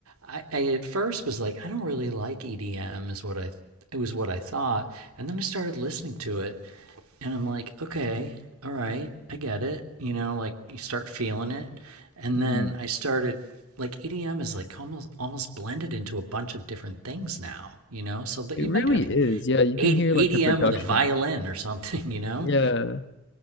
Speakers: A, on the right; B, on the left.
A: I, I at first was like, "I don't really like EDM," is what I it was what I thought. And then I started listening to it and I'm like, okay, all right, I get it. You know, like you start feeling it. And
B: Mm-hmm.
A: then I started like EDM is like almost almost blended into a bunch of different things now, you know? So that
B: It
A: you might
B: really
A: have
B: is. Yeah, you
A: AD-
B: can hear
A: EDM
B: like the production.
A: with a violin or something, <laughs> you know?
B: Yeah.